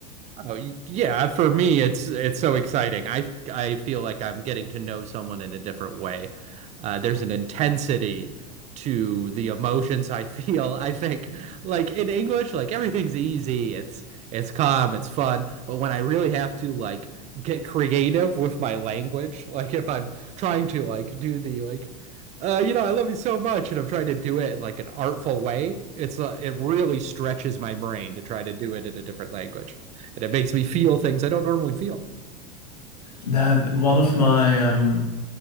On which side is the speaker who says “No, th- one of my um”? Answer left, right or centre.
Left